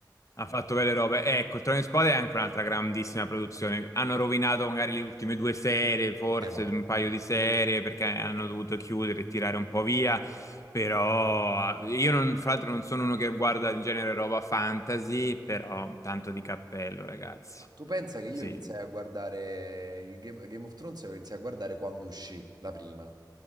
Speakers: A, on the left (about 40°); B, on the right (about 60°).
A: Ha fatto belle robe. Eh, Ecco, il Trono di Spade è anche un'altra grandissima produzione. Hanno rovinato magari le ultime due serie, forse
B: Eh, vabbè.
A: un paio di serie, perché hanno dovuto chiudere e tirare un po' via. Però io, non, fra l'altro, non sono uno che guarda in genere roba fantasy, però tanto di cappello, ragazzi.
B: Ah, Tu pensa che io
A: Sì.
B: iniziai a guardare il Game, Game of Thrones, lo iniziai a guardare quando uscì la prima,